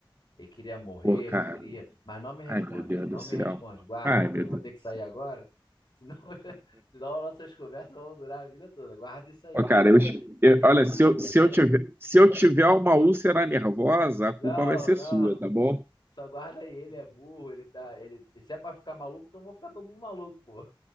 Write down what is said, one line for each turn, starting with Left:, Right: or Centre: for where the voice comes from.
Left: Ele queria morrer,
Right: Pô, cara.
Left: não queria, mas não me responde,
Right: Ai, meu Deus
Left: não
Right: do céu.
Left: me responde. Guarda,
Right: Ai,
Left: que
Right: meu
Left: eu vou
Right: Deus.
Left: ter que sair agora, senão, <laughs> senão nossas conversas vão durar a vida toda. Guarda isso aí.
Right: Ó, <laughs> cara, eu, eu-
Left: Ele é
Right: olha,
Left: burro.
Right: se eu, se eu tiver, se eu tiver uma úlcera nervosa, a
Left: Não,
Right: culpa vai ser
Left: não.
Right: sua, tá bom?
Left: Só guarda aí, ele é burro, ele tá, ele, se é pra ficar maluco, então vou ficar todo mundo maluco, pô.